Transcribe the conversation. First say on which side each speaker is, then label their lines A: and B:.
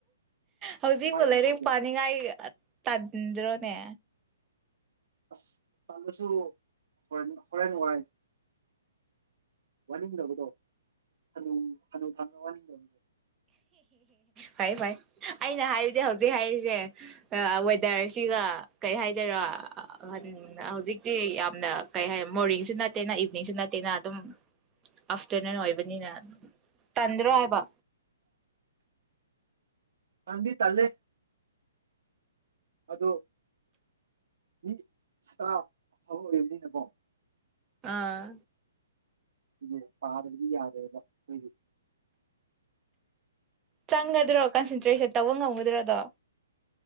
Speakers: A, on the right; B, on the right.
A: ꯍꯧꯖꯤꯛꯕꯨ
B: ꯀꯃꯥꯏꯅ ꯇꯧꯁꯤꯒꯦ
A: ꯂꯩꯔꯤꯛ ꯄꯥꯅꯤꯡꯉꯥꯏ ꯇꯟꯗ꯭ꯔꯅꯦ
B: ꯑꯁ ꯇꯜ ꯂꯁꯨ ꯍꯣꯔꯦꯟ ꯍꯣꯔꯦꯟ ꯋꯥꯏ ꯋꯥꯅꯤꯡꯗꯕꯗꯣ ꯍꯅꯨ ꯍꯅꯨ ꯊꯪ ꯋꯥꯅꯤꯡꯗꯕꯗꯣ
A: ꯐꯩ ꯐꯩ ꯑꯩꯅ ꯍꯥꯏꯔꯤꯗꯤ ꯍꯧꯖꯤꯛ ꯍꯥꯏꯔꯤꯁꯦ ꯑꯋꯦꯗꯔꯁꯤꯒ ꯀꯩ ꯍꯥꯏꯗꯣꯏꯔꯥ ꯑꯍꯟ ꯍꯧꯖꯤꯛꯇꯤ ꯌꯥꯝꯅ ꯀꯩ ꯍꯥꯏ ꯃꯣꯔꯅꯤꯡꯁꯨ ꯅꯠꯇꯦꯅ ꯏꯚꯤꯅꯤꯡꯁꯨ ꯅꯠꯇꯦꯅ ꯑꯗꯨꯝ ꯑꯥꯐꯇꯔꯅꯨꯟ ꯑꯣꯏꯕꯅꯤꯅ ꯇꯟꯗ꯭ꯔꯣ ꯍꯥꯏꯕ
B: ꯀꯗꯤ ꯇꯂꯦ ꯑꯗꯣ ꯃꯤꯔ ꯐꯥꯎꯔꯛꯏꯕꯅꯤꯅꯦꯕꯣ
A: ꯑꯥ
B: ꯏꯅꯦ ꯄꯥꯗꯕꯗꯤ ꯌꯥꯗꯦꯕꯣꯏ
A: ꯆꯪꯒꯗ꯭ꯔꯣ ꯀꯟꯁꯦꯟꯇ꯭ꯔꯦꯁꯟ ꯇꯧꯕ ꯉꯝꯒꯗ꯭ꯔꯣꯗꯣ